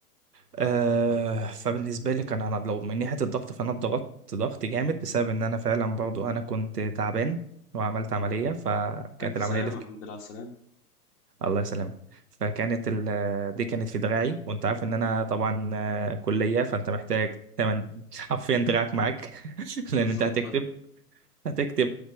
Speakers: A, on the right; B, on the left.
A: آه فبالنسبة لي كان أنا لو من ناحية الضغط فأنا اتضغطت ضغط جامد بسبب إن أنا فعلا برضو أنا كنت تعبان وعملت عملية فكانت
B: الف
A: العملية
B: سلامة
A: دي في
B: الحمد لله على السلامة
A: الله يسلمك فكانت ال... دي كانت في دراعي وأنت عارف إن أنا طبعا آه، كلية فأنت محتاج تمن <laughs> حرفيا دراعك معاك <laughs>
B: بالظبط
A: لأن أنت هتكتب
B: اه
A: هتكتب